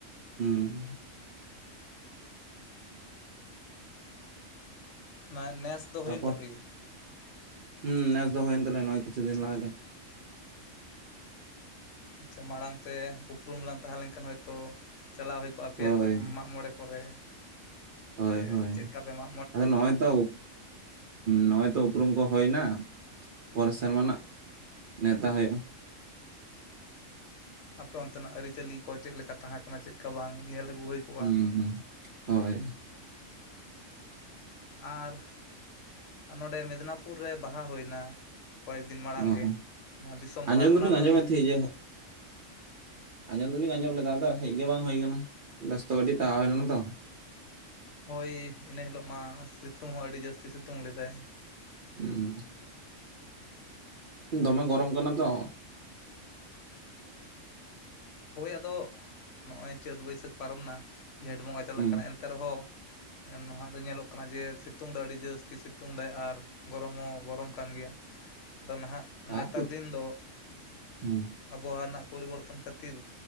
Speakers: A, on the right (about 60°); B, on the left (about 70°).
A: ᱦᱮᱸ
B: ᱱᱚᱟ ᱱᱮᱥ ᱫᱚ
A: ᱛᱟᱯᱚᱨ
B: ᱦᱩᱭᱮᱱ ᱛᱟᱯᱮᱜ ᱜᱮᱭᱟ
A: ᱦᱩᱸ ᱱᱮᱥ ᱫᱚ ᱦᱩᱭᱮᱱ ᱛᱟᱞᱮᱭᱟ ᱱᱚᱜᱼ ᱠᱤᱪᱷᱩ ᱫᱤᱱ ᱞᱟᱦᱟ ᱜᱮ
B: ᱟᱪᱪᱷᱟ ᱢᱟᱲᱟᱝ ᱛᱮ ᱩᱯᱨᱩᱢ ᱞᱟᱝ ᱛᱟᱦᱮᱸ ᱞᱮᱱᱠᱷᱟᱱ ᱦᱚᱳᱭᱛᱳ ᱪᱟᱞᱟᱣ ᱦᱩᱭ ᱠᱚᱜᱼᱟ ᱟᱯᱮᱭᱟᱜ
A: ᱦᱳᱭ
B: ᱢᱟᱜᱢᱚᱬᱮ ᱠᱚᱨᱮ᱾
A: ᱦᱳᱭ
B: ᱥᱮ
A: ᱦᱳᱭ
B: ᱪᱮᱫᱠᱟ ᱯᱮ ᱢᱟ
A: ᱟᱫᱚ ᱱᱚᱼᱚᱭ ᱛᱚ ᱱᱚ-ᱚᱭ ᱛᱚ ᱩᱯᱨᱩᱢ ᱠᱚ ᱦᱩᱭᱱᱟ᱾ ᱯᱚᱨᱮ ᱥᱮᱨᱢᱟ ᱱᱟᱜ ᱱᱮᱶᱛᱟ ᱦᱩᱭᱩᱜᱼᱟ᱾
B: ᱟᱯᱮ ᱚᱱᱛᱮᱱᱟᱜ ᱟᱹᱨᱤᱪᱟᱹᱞᱤ ᱠᱚ ᱪᱮᱫᱞᱮᱠᱟ ᱛᱟᱦᱮᱸᱠᱟᱱᱟ ᱪᱮᱫᱞᱠᱟ ᱵᱟᱝ ᱧᱮᱞ ᱟᱹᱜᱩ ᱦᱩᱭ ᱠᱚᱜᱼᱟ᱾
A: ᱦᱩᱸ ᱦᱩᱸ ᱦᱳᱭ
B: ᱟᱨ ᱱᱚᱸᱰᱮ ᱢᱮᱫᱽᱱᱟᱯᱩᱨ ᱨᱮ ᱵᱟᱦᱟ ᱦᱩᱭᱱᱟ᱾ ᱠᱚᱭᱮᱠ ᱫᱤᱱ ᱢᱟᱲᱟᱝ
A: ᱚ
B: ᱜᱮ
A: ᱚ
B: ᱱᱚᱣᱟ ᱫᱤᱥᱚᱢ ᱵᱟᱦᱟ
A: ᱟᱸᱡᱚᱢ ᱫᱚᱞᱤᱧ
B: ᱚᱱᱟ ᱨᱮᱫᱚᱢ
A: ᱟᱸᱡᱚᱢᱮᱫ ᱛᱟᱦᱮᱸᱫ ᱡᱮ ᱟᱸᱡᱚᱢ ᱫᱚᱞᱤᱧ ᱟᱸᱡᱚᱢ ᱞᱮᱫᱟ ᱟᱫᱚ ᱦᱮᱡ ᱜᱮ ᱵᱟᱝ ᱦᱩᱭ ᱠᱟᱱᱟ ᱵᱮᱥᱛᱚ ᱠᱟᱹᱴᱤᱡ ᱛᱟᱦᱮ ᱦᱩᱭ ᱞᱮᱱᱟ ᱛᱚ᱾
B: ᱦᱳᱭ ᱤᱱᱟᱹ ᱦᱤᱞᱳᱜ ᱢᱟ ᱥᱤᱛᱩᱝ ᱦᱚᱸ ᱟᱹᱰᱤ ᱡᱟᱹᱥᱛᱤ ᱥᱤᱛᱩᱝ ᱞᱮᱫᱟᱭ᱾
A: ᱦᱮᱸ ᱫᱚᱢᱮ ᱜᱚᱨᱚᱢ ᱠᱟᱱᱟ ᱛᱚ᱾
B: ᱦᱳᱭ ᱟᱫᱚ ᱱᱚᱜᱼᱚᱭ ᱪᱟᱹᱛ ᱵᱟᱹᱭᱥᱟᱹᱠᱷ ᱯᱟᱨᱚᱢᱱᱟ᱾ ᱡᱷᱮᱸᱴ ᱵᱚᱸᱜᱟ ᱪᱟᱞᱟᱜ
A: ᱦᱩᱸ
B: ᱠᱟᱱᱟ ᱮᱱᱛᱮ ᱨᱮᱦᱚᱸ ᱱᱟᱦᱟᱜ ᱫᱚ ᱧᱮᱞᱚᱜ ᱠᱟᱱᱟ ᱡᱮ ᱥᱤᱛᱩᱝ ᱫᱚ ᱟᱹᱰᱤ ᱡᱟᱹᱥᱛᱤ ᱥᱤᱛᱩᱝ ᱫᱟᱭ ᱟᱨ ᱜᱚᱨᱚᱢ ᱦᱚᱸ ᱜᱚᱨᱚᱢ ᱠᱟᱱ ᱜᱮᱭᱟ᱾ ᱟᱫᱚ ᱱᱟᱦᱟᱜ ᱱᱮᱛᱟᱨ
A: ᱟᱨ ᱠᱟᱹᱡ
B: ᱫᱤᱱ ᱫᱚ
A: ᱦᱩᱸ
B: ᱟᱵᱚᱦᱟᱣᱟ ᱨᱮᱱᱟᱜ ᱯᱚᱨᱤᱵᱚᱨᱛᱚᱱᱼᱼ ᱛᱚᱱ ᱠᱷᱟᱹᱛᱤᱨ